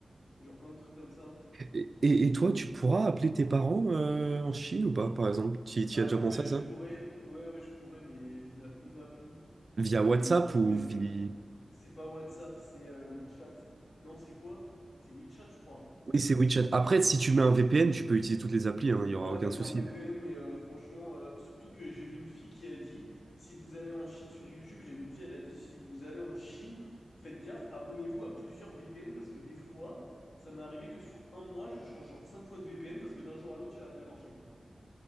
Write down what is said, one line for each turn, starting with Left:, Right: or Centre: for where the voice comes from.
Left: Genre plein de trucs comme ça.
Right: Et, et- et toi, tu pourras appeler tes parents euh, en Chine ou pas, par exemple? Tu tu
Left: Ah,
Right: y as déjà
Left: ouais,
Right: pensé
Left: je
Right: à ça?
Left: pourrais, ouais, ouais, je pourrais, mais via une appli.
Right: Via
Left: Et
Right: WhatsApp
Left: je pense
Right: ou
Left: mes
Right: via...
Left: C'est pas WhatsApp, c'est euh, WeChat. Non, c'est quoi? C'est WeChat, je crois, ça
Right: Oui,
Left: s'appelle.
Right: c'est WeChat. Après, si tu mets un VPN, tu peux utiliser toutes les applis, hein, il n'y
Left: Ouais,
Right: aura
Left: avec
Right: aucun souci.
Left: un VPN, mais euh, franchement, euh, surtout que j'ai vu une fille qui a dit, si vous allez en Chine sur YouTube, j'ai vu une fille, elle a dit, si vous allez en Chine, faites gaffe, abonnez-vous à plusieurs VPN, parce que des fois, ça m'est arrivé que sur un mois, je change genre cinq fois de VPN, parce que d'un jour à l'autre, il arrête de marcher.